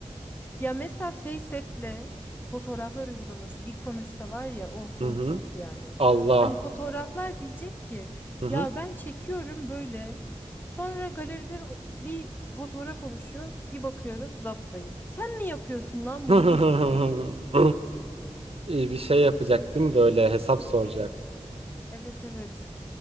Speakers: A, on the left (about 15°); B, on the right (about 55°).
A: Ya mesela FaceApp'le fotoğraflar uygulaması bir konuşsa var ya of
B: Hı
A: of
B: hı.
A: of yani.
B: Allah.
A: Hani fotoğraflar diyecek ki
B: Hı hı.
A: ya ben çekiyorum böyle. Sonra galeride o- bir fotoğraf oluşuyor. Bir bakıyorum zapzayıf. Sen mi yapıyorsun lan
B: <laughs>
A: bunu <laughs> diye.
B: İyi Bir şey yapacaktım böyle hesap soracak.
A: Evet evet.